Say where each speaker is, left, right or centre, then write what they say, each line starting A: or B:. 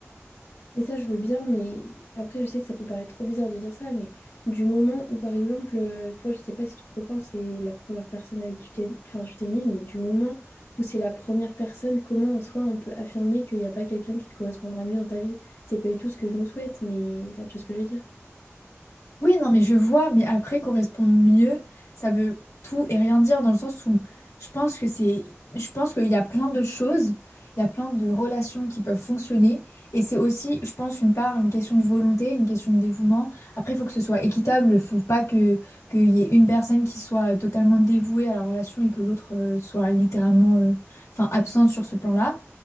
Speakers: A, on the left; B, on the left.
A: Mais ça, je veux bien, mais après, je sais que ça peut paraître trop bizarre de dire ça, mais du moment où, par exemple, euh, toi, je sais pas si ton copain, c'est la première personne avec qui tu t'es enfin, tu t'es mise, mais du moment où c'est la première personne, comment en soi on peut affirmer qu'il n'y a pas quelqu'un qui te correspondra mieux dans ta vie? C'est pas du tout ce que je nous souhaite, mais enfin, tu vois ce que je veux dire.
B: Oui, non, mais je vois, mais après, correspondre mieux, ça veut tout et rien dire dans le sens où je pense que c'est, je pense qu'il y a plein de choses, il y a plein de relations qui peuvent fonctionner et c'est aussi, je pense, une part, une question de volonté, une question de dévouement. Après, il faut que ce soit équitable, il faut pas que qu'il y ait une personne qui soit euh, totalement dévouée à la relation et que l'autre euh, soit littéralement, euh, enfin, absente sur ce plan-là.